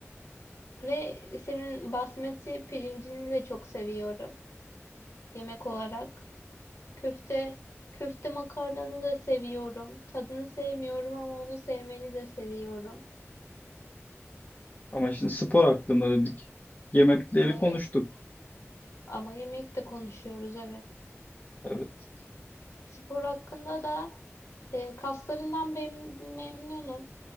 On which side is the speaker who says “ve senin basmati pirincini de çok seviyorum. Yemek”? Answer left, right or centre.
Left